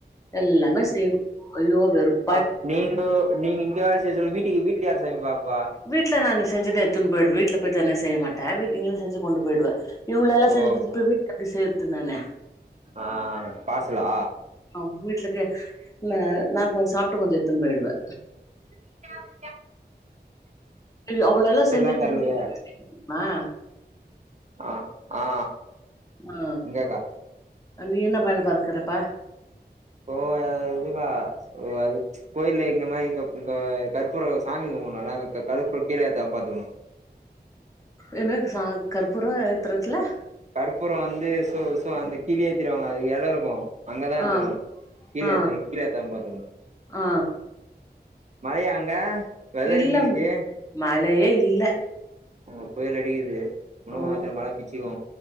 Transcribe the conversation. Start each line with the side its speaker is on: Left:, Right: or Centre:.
Left: எல்லாமே செய்யோ ஐயோ வெறுப்
Right: அப் நீங்கோ நீங்க இங்க வேல செய்ச சொல்ல வீட்டுக்கு வீட்டுல யாரு சமைப்பா
Left: வீட்ல நானு செஞ்சத எத்துன் போய்டு வீட்ல போயி தென செய்ய மாட்டே வீட்டுங்கீழ் செஞ்சு கொண்டு போயிடுவே இவ்ளோ எல்லா
Right: ஓ
Left: செஞ்சு குடுத்துட்டு திருப்பி வீட்ல எப்டி செய்றது நானு
Right: ஆ பார்சலா
Left: ஆ வீட்லுக்கு இல்ல நா கொஞ்சோ சாப்ட்டு கொஞ்சோ எத்துன்னு போயிடுவே
Right: <unintelligible>
Left: அவ்ளோலா
Right: பார்சல்லா
Left: செஞ்சு திருப்பி
Right: தரலையே
Left: வீட்ல போய் சமைக்க முடியுமா
Right: அ ஆ
Left: ஆ
Right: இங்கக்கா
Left: நீன என்ன வேல பார்க்கிறப்பா
Right: ஓ இதுவா ஓ அது கோயில்ல எங்க மாரி இங்க இங்க கற்பூரோ சாமி கும்பணுல அங்க கர்பூர கீழயேத்தாம பாத்துக்கணு
Left: என்ன சா கர்பூரோ ஏத்துறத்தில்ல
Right: கர்பூரோ வந்து சோ சோ அந்த கீழ ஏத்திடுவாங்க அதுக்கு இடோ இருக்கு அங்க தா ஏத்தணு
Left: ஆ
Right: கீழ
Left: ஆ
Right: ஏத்தா இப்டி ஏத்தாம பாத்துக்ணு
Left: ஆ
Right: மழையா அங்க வெதர்
Left: இல்ல
Right: எப்டிக்குது
Left: மழையே இல்ல
Right: இங்க புயல் அடிக்குது இன்னு
Left: ஆ
Right: கொஞ்ச நேரத்துல மழ பிச்சுக்கு